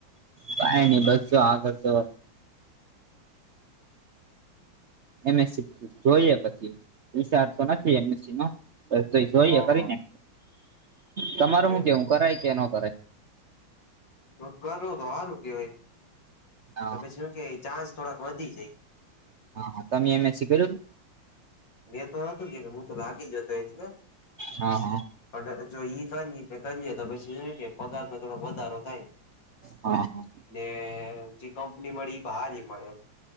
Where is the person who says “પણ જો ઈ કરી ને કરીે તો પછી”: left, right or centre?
Left